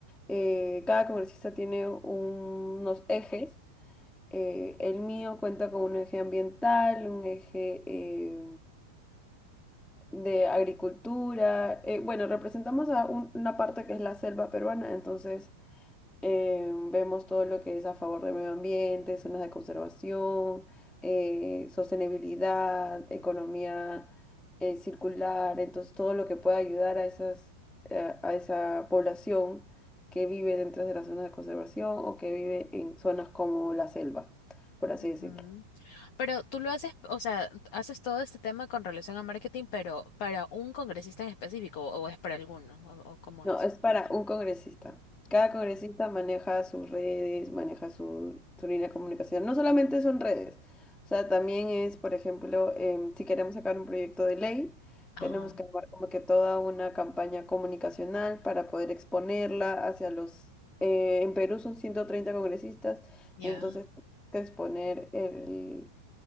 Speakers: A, in the centre; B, on the left.
A: eh, cada congresista tiene un- unos ejes. eh, el mío cuenta con un eje ambiental, un eje eh, de agricultura. eh, bueno, representamos a un- una parte que es la selva peruana, entonces eh, vemos todo lo que es a favor del medio ambiente, zonas de conservación, eh, sostenibilidad, economía eh, circular, entonces todo lo que pueda ayudar a esas, eh, a esa población que vive dentro de las zonas de conservación o que vive en zonas como la selva, por así
B: Ujú.
A: decirlo.
B: Pero tú lo haces, o sea, haces todo este tema con relación a marketing, pero para un congresista en específico, o es para alguno, o, o cómo
A: No,
B: es.
A: es para un congresista. Cada congresista maneja sus redes, maneja su, su línea de comunicación. No solamente son redes, o sea, también es, por ejemplo, em, si queremos sacar un proyecto de ley,
B: Ajá,
A: tenemos que armar como que toda una campaña comunicacional para poder exponerla hacia los... eh, en Perú son 130 congresistas,
B: ya.
A: entonces que exponer el,